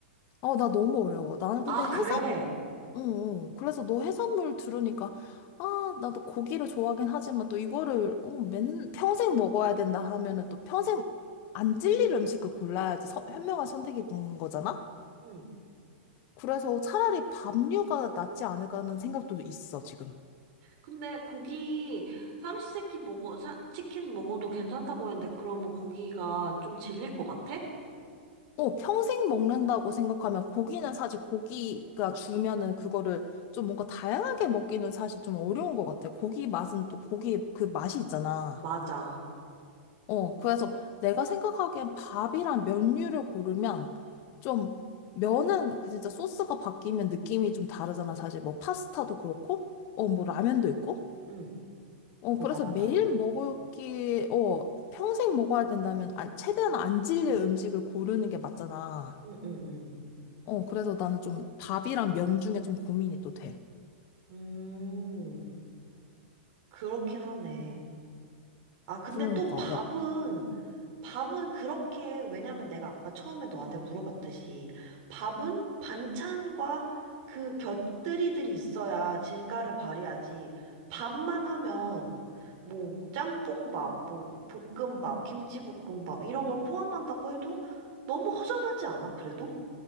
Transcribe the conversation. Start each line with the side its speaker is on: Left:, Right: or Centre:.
Left: 어, 나 너무 어려워. 나는
Right: 아,
Left: 근데 해산물
Right: 그래.
Left: 응, 응. 그래서 너 해산물 들으니까, 아, 나도 고기를 좋아하긴 하지만 또 이거를, 어, 맨, 평생 먹어야 된다 하면은 또 평생 안 질릴 음식을 골라야지 서- 현명한 선택인 거잖아?
Right: 응.
Left: 그래서 차라리 밥류가 낫지 않을까 하는 생각도 있어, 지금.
Right: 근데 고기 삼시세끼 먹어, 사- 치킨 먹어도 괜찮다고 했는데 그러면 고기가 좀 질릴 것 같아?
Left: 어, 평생 먹는다고 생각하면 고기는 사실 고기가 주면은 그거를 좀 뭔가 다양하게 먹기는 사실 좀 어려운 것 같아. 고기 맛은 또 고기의 그 맛이 있잖아.
Right: 맞아.
Left: 어, 그래서 내가 생각하기엔 밥이랑 면류를 고르면 좀 면은 그 진짜 소스가 바뀌면 느낌이 좀 다르잖아. 사실 뭐 파스타도 그렇고, 어, 뭐 라면도 있고.
Right: 응.
Left: 어,
Right: 맞아,
Left: 그래서
Right: 맞아.
Left: 매일 먹을기, 어, 평생 먹어야 된다면 안, 최대한 안 질릴 음식을 고르는 게 맞잖아.
Right: 응, 응, 응.
Left: 어, 그래서 나는 좀 밥이랑 면 중에 좀 고민이 또 돼.
Right: 음, 그렇긴 하네. 아, 근데
Left: 그러니까,
Right: 또 밥은
Left: 야,
Right: 밥은 그렇게, 왜냐면 내가 아까 처음에 너한테 물어봤듯이, 밥은 반찬과 그 곁들이들이 있어야 진가를 발휘하지. 밥만 하면, 뭐, 짬뽕밥, 뭐, 볶음밥, 김치볶음밥, 이런 걸 포함한다고 해도 너무 허전하지 않아, 그래도?